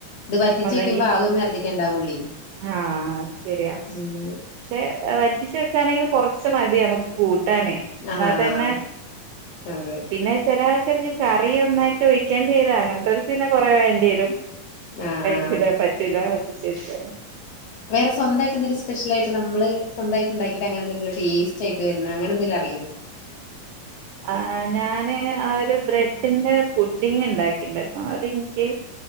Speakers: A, on the left; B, on the right.
A: ഇത് വറ്റിച്ച്
B: ഒന്നെങ്കി
A: വെക്കുമ്പോ ആ ഒരു നേരത്തേക്കെ ഉണ്ടാവുള്ളി
B: ആഹ് അത് ശരിയാ.
A: അങ്ങനെ
B: പക്ഷെ വറ്റിച്ച് വെക്കാണെങ്കിൽ കൊറച്ച് മതി നമുക്ക് കൂട്ടാനേ. എന്നാ
A: ആഹ്
B: തന്നെ
A: അതെ
B: പിന്നെ ചെല. കറി ഒന്നായിട്ട് ഒഴിക്കേണ്ടി വരും അങ്ങനത്തവർക്ക് പിന്നെ കൊറേ വേണ്ടി വരും.
A: ആഹ് ആഹ്
B: ഇവിടെ പറ്റൂല വറ്റിച്ച് വെക്കാൻ.
A: വേറെസ്വന്തായിട്ടെന്തെലും സ്പെഷ്യലായിട്ട് നമ്മള് സ്വന്തായിട്ട് ഉണ്ടാക്കിട്ട് അങ്ങനെന്തെങ്കിലും ടെസ്റ്റായിട്ട് വരണ അങ്ങനെന്തെലും അറിയോ?
B: ആ ഞാന് ആ ഒരു ബ്രെഡിന്റെ പുഡിങ് ഉണ്ടാക്കിണ്ടരുന്നു. അതെനിക്ക്